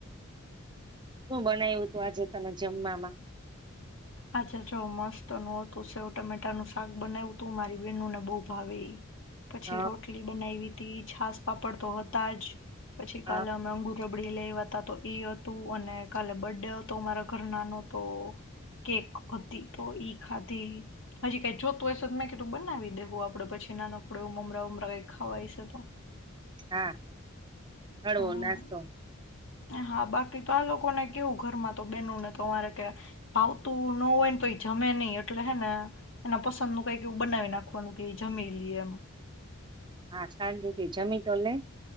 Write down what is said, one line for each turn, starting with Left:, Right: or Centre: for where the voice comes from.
Right: શું બનાવ્યું તું આજે તમે જમવામાં?
Left: આજે જો મસ્ત નું હતું સેવ ટમેટાનું શાક બનાયવુંતું મારી બેનુંને બહુ ભાવે ઈ પછી
Right: હ
Left: રોટલી બનાવી થી છાસ પાપડ તો હતા જ પછી
Right: હ
Left: કાલ અમે અંગુર રબડી લય આવ્યાતા તો ઈ હતું અને કાલે બર્થડે હતો મારા ઘરના નો તો કેક હતી તો ઈ ખાઘી હજી કઈ જોતું હશે તો મેં કીધું બનાવી દેવું આપડે પછી નાનકહું એવું મમરા મમરા એવુ કઈ ખાવા હશે તો.
Right: હા. હળવો
Left: હમ્મ
Right: નાસ્તો.
Left: હા બાકી તો આ લોકોને કેવું ઘરમાં તો બેનને તોરે કે ભાવતું ન હોય ને તો એ જમે નહી એટલે હેને એના પસંદ નું કઈક એવું બનાવી નાખવાનું કે જમી લઈએ એમ.
Right: હા શાંતિથી જમી તો લે.